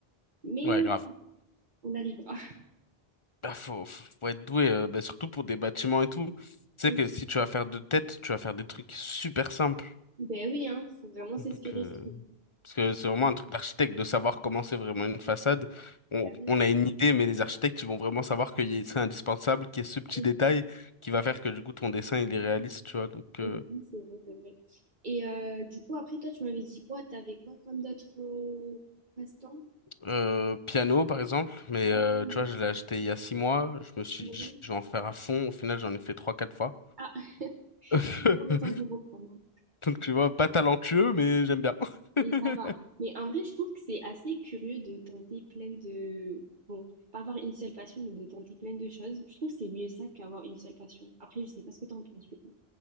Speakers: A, on the right; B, on the left.
A: Mais
B: ouais,
A: euh,
B: grave.
A: on arrivera.
B: Bah, faut, faut faut être doué, euh, bah, surtout pour des bâtiments et tout. Tu
A: <laughs>
B: sais que si tu vas faire de tête, tu vas faire des trucs super simples.
A: Ben oui, hein, faut vraiment s'inspirer,
B: Donc, euh,
A: je trouve.
B: parce que c'est vraiment un truc d'architecte de savoir comment c'est vraiment une façade. On,
A: Ben
B: on a une idée, mais les architectes, ils vont vraiment savoir qu'il y a, c'est indispensable, qu'il y a ce petit
A: oui,
B: détail qui va faire que du coup ton dessin il est réaliste, tu vois. Donc, euh,
A: ben oui, c'est vrai, c'est vrai. Et euh, du coup, après, toi, tu m'avais dit quoi? T'avais quoi comme d'autres euh, passe-temps?
B: euh, piano par exemple, mais euh,
A: Ah,
B: tu vois, je l'ai acheté il y a six mois. Je me suis
A: ouais.
B: dit, je vais en faire à fond. Au final, j'en ai fait trois, quatre fois.
A: Ah, <laughs>
B: <laughs>
A: toujours le temps pour reprendre. hein.
B: Donc, tu vois, pas talentueux, mais j'aime bien.
A: Mais
B: <laughs>
A: ça va. Mais en vrai, je trouve que c'est assez curieux de tenter plein de... Bon, pas avoir une seule passion, mais de tenter plein de choses. Je trouve que c'est mieux ça qu'avoir une seule passion. Après, je sais pas ce que t'en penses, du coup.